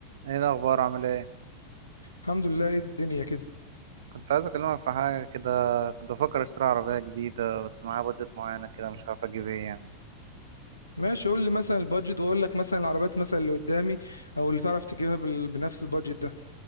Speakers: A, on the right; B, on the left.
A: ايه الاخبار عامل ايه
B: الحمد لله ايه الدنيا كده
A: كنت عايز اكلمك في حاجه كده كنت بفكر اشتري عربيه جديده بس معايا بادجت معينه كده مش عارف اجيب ايه يعني
B: ماشي قول لي مثلا البادجت واقول لك مثلا العربيات مثلا اللي قدامي او اللي تعرف تجيبها بال... بنفس البادجت ده